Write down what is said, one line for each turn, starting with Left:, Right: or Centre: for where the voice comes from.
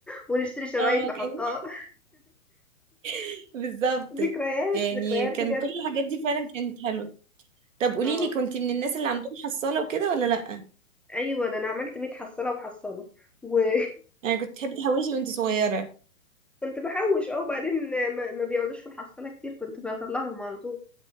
Centre: ونشتري شرايط
Right: اه
Centre: نحطها
Right: كان
Centre: <laughs>
Right: <laughs> بالظبط
Centre: ذكريات
Right: يعني
Centre: ذكريات
Right: كان
Centre: بجد
Right: كل الحاجات دي فعلا كانت حلوه طب قولي
Centre: اه
Right: لي كنت من الناس اللي عندهم حصاله وكده ولا لا
Centre: ايوه ده انا عملت 100 حصاله وحصاله وكنت
Right: يعني كنت تحبي تحوشي وانت صغيره
Centre: <laughs> بحوش اه وبعدين ما... ما بيقعدوش في الحصاله كتير كنت بطلعهم على طول